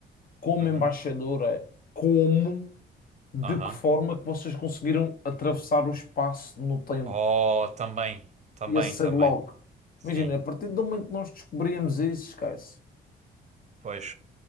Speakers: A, on the left; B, on the right.
A: como
B: Uhum.
A: embaixador, é como, de
B: Aham.
A: que forma que vocês conseguiram atravessar o espaço no tempo?
B: Oh, também, também,
A: Ia ser
B: também.
A: logo.
B: Sim.
A: Imagina, a partir do momento que nós descobrimos isso, esquece.
B: Pois.